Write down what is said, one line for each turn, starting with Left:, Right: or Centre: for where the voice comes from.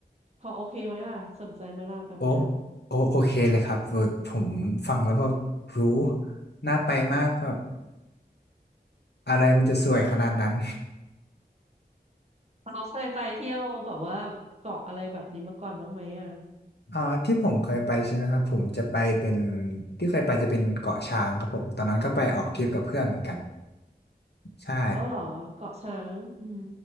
Right: พอโอเคไหมล่ะสนใจไหมล่ะแบบเนี้ย
Left: โอ้โอโอเคเลยครับเออผมฟังแล้วแบบหูน่าไปมากแบบอะไรมันจะสวยขนาดนั้น
Right: เราเคยไปเที่ยวแบบว่าเกาะอะไรแบบนี้มาก่อนบ้างไหมอ่ะ
Left: อ่าที่ผมเคยไปใช่ไหมครับผมจะไปเป็นที่เคยไปจะเป็นเกาะช้างครับผมตอนนั้นก็ไปออกทริปกับเพื่อนเหมือนกันใช่
Right: เอาเหรอเกาะช้างอืม